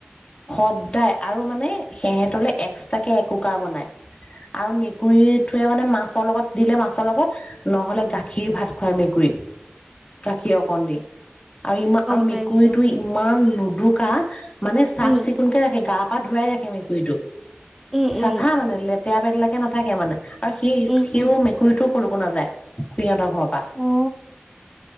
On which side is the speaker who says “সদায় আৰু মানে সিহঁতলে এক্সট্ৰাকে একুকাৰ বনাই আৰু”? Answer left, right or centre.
Left